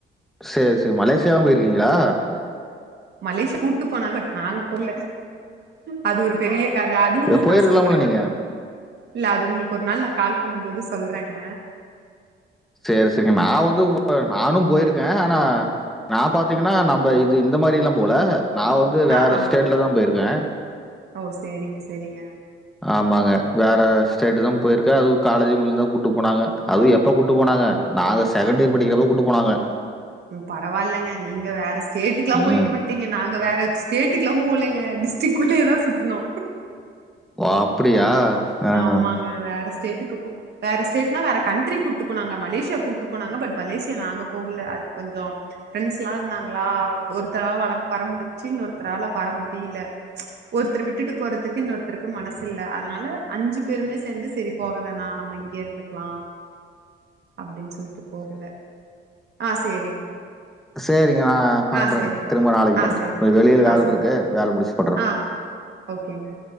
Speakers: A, in the centre; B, on the right.
A: சேரி சேரி மலேசியாவும் போயிருக்கீங்ளா
B: மலேசியா கூட்டு போனாங் பட் நாங்க போல அது ஒரு பெரிய கத அதுவுங நா உங்களுக்கு
A: போயிருக்கலாம்ல
B: சொல்றே
A: நீங்க
B: ஒரு நா இல்ல அது உங்களுக்கு ஒரு நாள் நா கால் பண்ணுபோது சொல்றேங்க
A: சேரி சேரி நா வந்து நானு போயிருக்கேன் அனா நா பாத்தீங்கன்னா நம்ப இது இந்த மாரியெல்லாம் போல நா வந்து வேற
B: ஆ ஆ
A: ஸ்டேட்லதான் போயிருக்கேன்
B: ஓ சேரிங்க சேரிங்க
A: ஆமாங்க வேற ஸ்டேட் தான் போயிருக்கன் அது காலேஜ் மேல இருந்தான் கூட்டு போனாங்க அதுவும் எப்ப கூட்டு போனாங்க நாங்க செகண்ட் இயர் படிக்கிறப்ப கூட்டு போனாங்க
B: பரவாயில்லங்க நீங்க வேற ஸ்டேட்டுக்குலாம் போயிட்டு
A: ம்.
B: வன்ட்டீங்க நாங்க வேற ஸ்டேட்டுக்கெல்லாம் போலங்க டிஸ் டிக்குள்ளயே தான் சுத்துனோ
A: ஓ அப்படியா ஆஹ.
B: ஆமாங்க வேற ஸ்டேட்டுக்கு போ வேற ஸ்டேட்னா வேற கண்ட்ரி கூப்பிட்டு போனாங்க மலேசியா கூப்பிட்டு போனாங்க பட் மலேசியா நாங்க போகல அது கொஞ்சோம் ப்ரெண்ட்ஸ்லா இருந்தாங்களா ஒருத்தவ வர முடிஞ்ச்சு இன்னொருத்தரலா வர முடில ஒருத்தர விட்டுட்டு போறதுக்கு இன்னொருத்தருக்கு மனசு இல்ல அதனால அஞ்சு பேருமே சேந்து செரி போக வேணா நம்ப இங்கயே இருந்துக்கலாம் அப்டின்னு சொல்லிட்டு போகல ஆ சேரிங்க
A: சேரிங்க நா பண்றன்
B: ஆ சேரிங்க
A: திரும்ப நாளைக்கு
B: ஆ
A: பண்ற
B: சேரி
A: கொஞ்ச வெளியில வேல
B: ஆ சேரிங்க
A: இருக்கு வேல முடிச்
B: ஆ ஓகேங்க